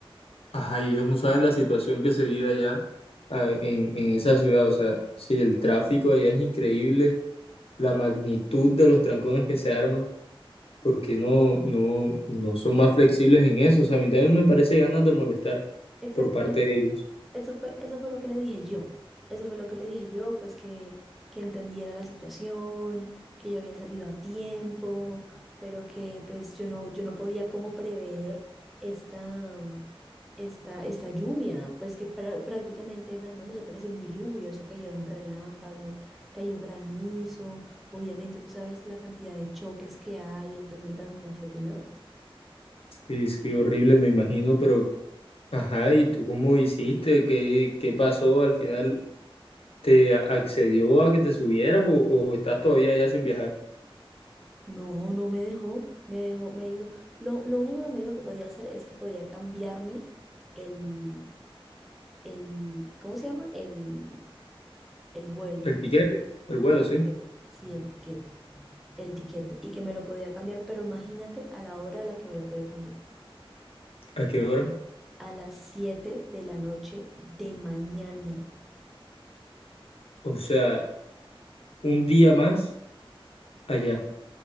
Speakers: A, on the left; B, in the centre.
A: Ajá, y ellos no saben la situación que se vive allá ah, en, en esa ciudad. O sea, si el tráfico allá es increíble, la magnitud de los trancones que se arman, porque no, no, no son más flexibles en eso? O sea, a mí también me parece ganas de molestar
B: Exactamente.
A: por parte de ellos.
B: Eso fue, eso fue lo que le dije yo. Eso fue lo que le dije yo, pues que, que entendiera la situación, que yo había salido a tiempo, pero que pues yo no, yo no podía como prever esta, esta, esta lluvia. Pues que prá- prácticamente, Fernando, eso parecía un diluvio, eso cayeron relámpagos, cayó granizo. Obviamente, tú sabes la cantidad de choques que hay, entonces el trancón fue tenaz.
A: Sí, sí, horrible, me imagino, pero ajá, ¿y tú cómo hiciste? ¿Qué, qué pasó al final? ¿Te a- accedió a que te subieras o, o estás todavía allá sin viajar?
B: No, no me dejó, me dejó, me dijo, lo, lo único que me dijo que podía hacer es que podía cambiarme el, el, ¿cómo se llama? El, el vuelo,
A: El tiquete, el vuelo,
B: el
A: sí.
B: tiquete, sí, el tiquete, el tiquete, y que me lo podía cambiar, pero imagínate a la hora a la que me lo puede cambiar,
A: ¿A qué hora?
B: a las 7 de la noche de mañana.
A: O sea, un día más. allá.